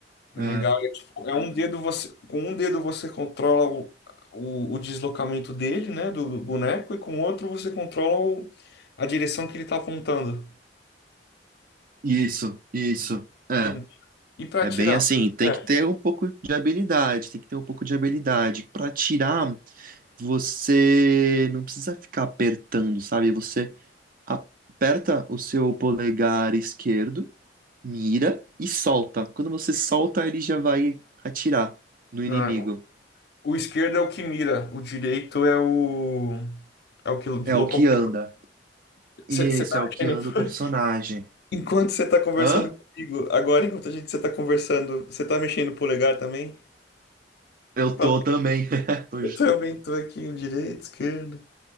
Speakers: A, on the left; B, on the right.
A: legal.
B: É,
A: É, tipo, é um dedo você com um dedo você controla o, o, o deslocamento dele, né, do, do boneco e com o outro você controla o- a direção que ele tá apontando.
B: isso, isso. É.
A: Hum. E pra
B: É
A: atirar?
B: bem assim, tem
A: É.
B: que ter um pouco de habilidade, tem que ter um pouco de habilidade para tirar Você não precisa ficar apertando, sabe? Você aperta o seu polegar esquerdo, mira e solta. Quando você solta, ele já vai atirar no inimigo.
A: Ah, O esquerdo é o que mira, o direito é o é o que locomove.
B: É o que anda. E
A: Você
B: esse
A: tá
B: é o que
A: mexendo.
B: anda
A: <laughs>
B: o personagem.
A: Enquanto você tá conversando
B: Hã?
A: comigo, agora enquanto a gente você tá conversando, você tá mexendo o polegar também?
B: Eu
A: Fala,
B: tô também. <laughs> Hoje.
A: Eu também tô aqui, direito, esquerda.